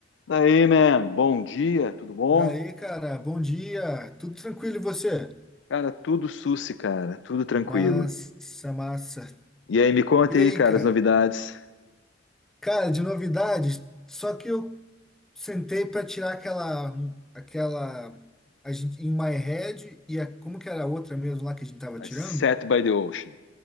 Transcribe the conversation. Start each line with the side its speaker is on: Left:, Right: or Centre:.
Left: Daí, man, bom dia, tudo bom?
Centre: Daí, cara, bom dia. Tudo tranquilo e você?
Left: Cara, tudo sussi, cara, tudo tranquilo.
Centre: Massa, massa.
Left: E aí, me conta
Centre: E
Left: aí,
Centre: aí,
Left: cara,
Centre: cara?
Left: as novidades.
Centre: Cara, de novidades, só que eu sentei para tirar aquela aquela a gente in my head e a, como que era a outra mesmo lá que a gente tava
Left: I
Centre: tirando?
Left: Set by the Ocean.